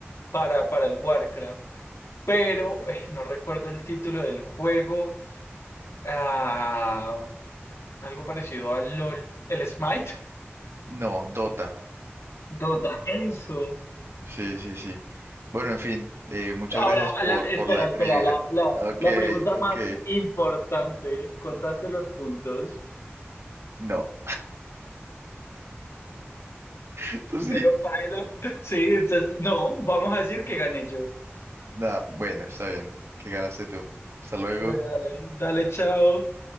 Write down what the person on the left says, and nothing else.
para, para el Warcraft, pero eh, no recuerdo el título del juego. Ah, algo parecido al LOL, el Smite,
Dota, eso.
Ahora,
la, espera,
espera,
la, la,
la pregunta más
importante, ¿contaste los puntos?
Bueno,
paila. Sí, entonces, no, vamos a decir que gané yo.
Bueno, dale, dale, chao.